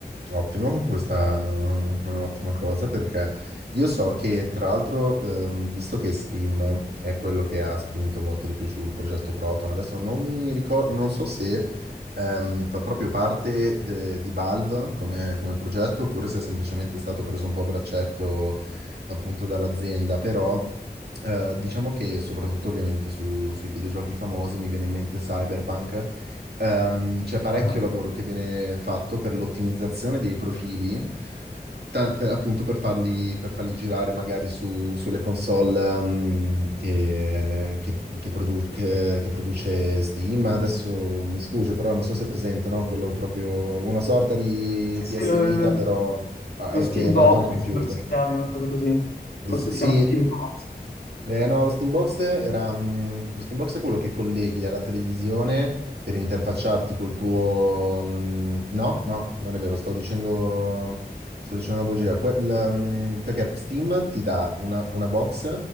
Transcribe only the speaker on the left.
Ah.
Sì,
sì, lo,
lo
Steam
Box
mi sembra che si chiami una cosa così.
Forse
si chiama Steam Box.